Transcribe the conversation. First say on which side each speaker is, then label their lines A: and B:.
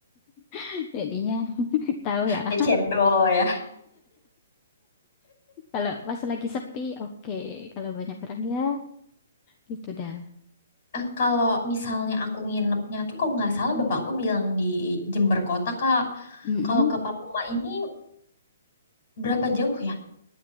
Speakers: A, on the left; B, on the left.
A: <laughs> jadinya <laughs> tahulah
B: Kayak cendol ya.
A: Kalau pas lagi sepi, oke. Kalau banyak orang ya, gitu dah.
B: Eh, Kalau misalnya aku nginepnya tuh kalau nggak salah bapakku bilang di Jember Kota, Kak.
A: Mm-mm.
B: Kalau ke Papua ini berapa jauh ya?